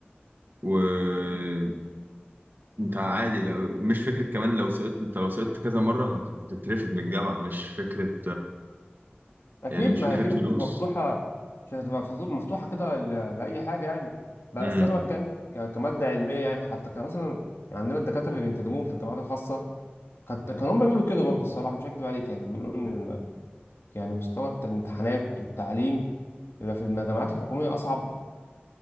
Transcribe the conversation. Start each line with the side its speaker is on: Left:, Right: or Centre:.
Right: وانت عادي لو مش فكره كمان لو سقطت انت لو سقطت كذا مره هت- هتترفد من الجامعه مش فكره
Left: اكيد
Right: يعني مش
Left: ما
Right: فكره
Left: هي اكيد
Right: فلوس
Left: مش هتبقى مفتوحه مش هتبقى مفتو- مفتوحه كده ل- لاي حاجه يعني بس
Right: امم
Left: انا بتكلم ك- كماده علميه يعني حتى كان مثلا يعني عندنا الدكاتره اللي بينتدبوهم في الجامعات الخاصه كانت كانوا هم بيقولوا كده برضه الصراحه مش هكدب عليك يعني بيقولوا ان ال- يعني مستوى الامتحانات والتعليم بيبقى في الجامعات الحكوميه اصعب